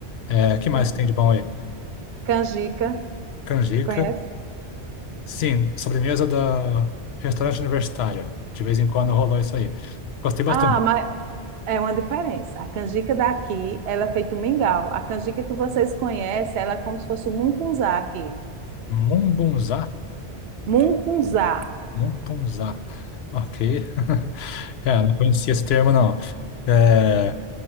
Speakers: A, on the left; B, on the right.
A: É, que mais
B: pronto.
A: tem de bom aí?
B: Canjica,
A: Canjica.
B: tu conhece?
A: Sim, sobremesa da restaurante universitário. De vez em quando rolou isso aí. Gostei bastante.
B: Ah, É uma diferença. A canjica daqui, ela é feita um mingau. A canjica que vocês conhecem, ela é como se fosse um mungunzá aqui.
A: Mumbunzá?
B: Mungunzá.
A: Mumbunzá. Ok. <laughs> É, não conhecia esse termo, não. É,